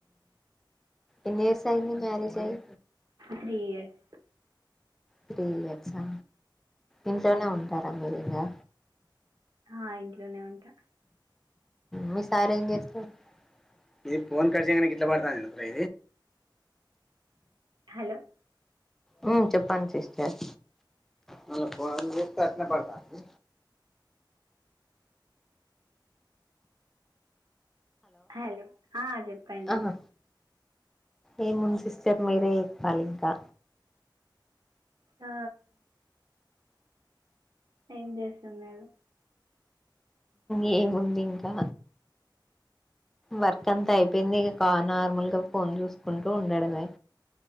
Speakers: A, in the centre; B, on the right.
A: ఎన్ని ఇయర్స్ అయ్యింది మ్యారేజ్ అయ్యి
B: త్రీ ఇయర్స్
A: త్రీ ఇయట్సా ఇంట్లోనే ఉంటారా మీరి ఇంకా
B: ఆ ఇంట్లోనే ఉంటా
A: మీ సార్ ఏం చేస్తుండు మీ ఫోన్ కట్ చెయ్ గిట్లపడతా నేను రే
B: హలో
A: ఓ చెప్పండి సిస్టర్ మన ఫోన్ చేస్తే అట్లే పడతాంది
B: హలో ఆ చెప్పండి
A: ఆహా ఏముంది సిస్టర్ మీరే ఇప్పాలి ఇంకా
B: ఆ ఏం చేస్తున్నారు
A: ఏముంది ఇంకా వర్క్ అంతా అయిపోయింది ఇక నార్మల్ గా ఫోన్ చూసుకుంటూ ఉండడమే